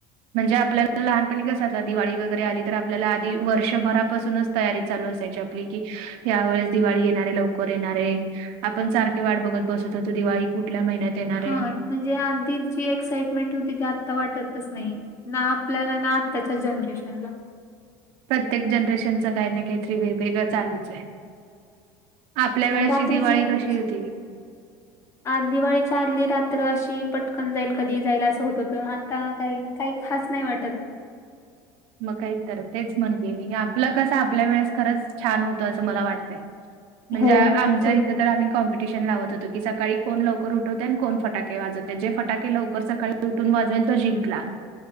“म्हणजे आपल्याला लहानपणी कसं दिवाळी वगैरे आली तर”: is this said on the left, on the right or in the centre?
Right